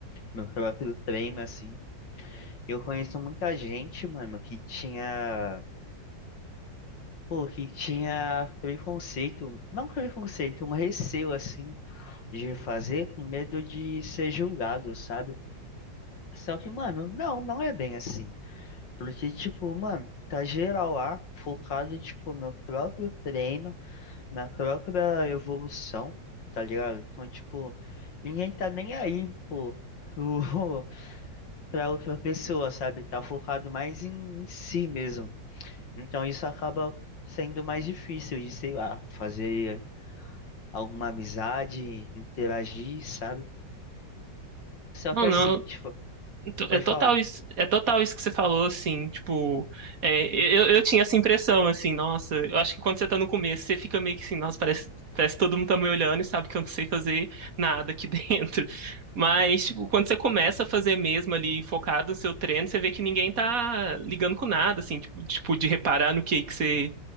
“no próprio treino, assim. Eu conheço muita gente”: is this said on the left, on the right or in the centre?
Left